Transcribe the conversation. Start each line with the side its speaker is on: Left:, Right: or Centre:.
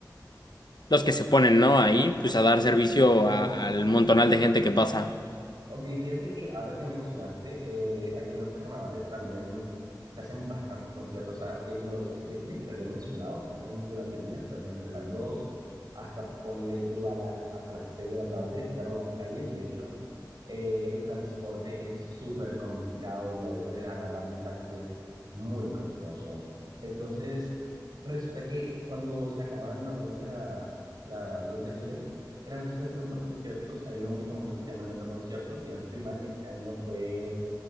Left: los que se ponen, ¿no? Ahí, pues a dar servicio
Right: O,
Left: al montonal de gente que pasa.
Right: Ok, fíjate que ahora que mencionaste, eh, aquí en los carnavales también se hacen bastantes conciertos. O sea, ok, los desfiles que te había mencionado se hacen durante el día, se hacen entre las 2 hasta ponle tú a las, hasta las 6 de la tarde, cierran las calles. De hecho, eh, el transporte es súper complicado y a veces agarrar un taxi es muy costoso. Entonces, resulta que cuando se acaban normalmente las, la- los desfiles, en las noches se hacen unos conciertos, hay uno muy famoso que se llama el Metro Concierto, si no estoy mal, este año fue